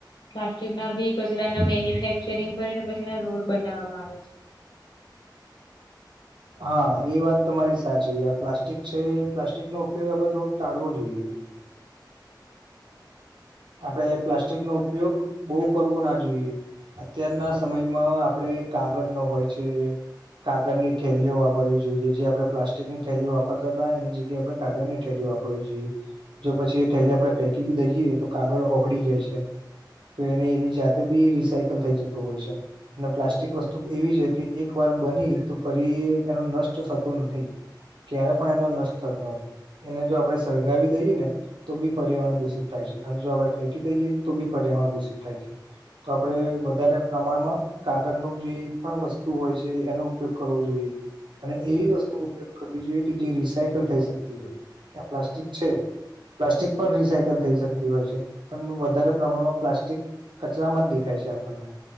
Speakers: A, on the left (about 70°); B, on the right (about 85°).
A: પ્લાસ્ટિક ના બી કચરા મેન્યુફેક્ચરિંગ કરીને પછી એને રોડ બનાવવામાં આવે છે.
B: હા એ વાત તમારી સાચી આ પ્લાસ્ટિક છે એ પ્લાસ્ટિક નો ઉપયોગ આપડે થોડોક ટાળવો જોઈએ. આપણેે પ્લાસ્ટિક નો ઉપયોગ બહુ કરવો ના જોઈએ. અત્યારના સમયમાં આપણે કાગળ નો હોય છે. કાગળ ની થેલીઓ વારવી જોઈએ જે આપણે પ્લાસ્ટિક ની થેલીઓ વાપરતા હતા એની જગ્યાએ આપણે કાગળ ની થેલી વાપરતા. હોવિજોએ જો પછી એ થેલી આપડે ફેંકી બી દઈએ તો કાગળ ઓગળી જાય છે. તો એની એની જાતે બી રિસાયકલ થઈ જતું હોય છે. અને પ્લાસ્ટિક વસ્તુ એવી છે કે એક વાર બની તો ફરી એનો નષ્ટ થતો નથી. ક્યારે પણ એનો નષ્ટ થતો નથી. એને જો આપડણે સળગાવી દઈએ ને તો બી પર્યાવરણ દૂષિત થાય છે. અને જો આપણે ફેંકી દઈએ તો બી પર્યાવરણ દૂષિત થાય છે તો આપડણે વધારે પ્રમાણમાં કાગળ નું જે પણ વસ્તુ હોય છે એનો ઉપયોગ કરવો જોઈએ અને એવી વસ્તુ ઉપયોગ કરવી જોઈએ કે જે રિસાયકલ થઈ શકતી હોય આ પ્લાસ્ટિક છે પ્લાસ્ટિક પણ રિસાયકલ થઈ શકે હોય છે પણ વધારે પ્રમાણમાં પ્લાસ્ટિક કચરામાં જ દેખાય છે આપણને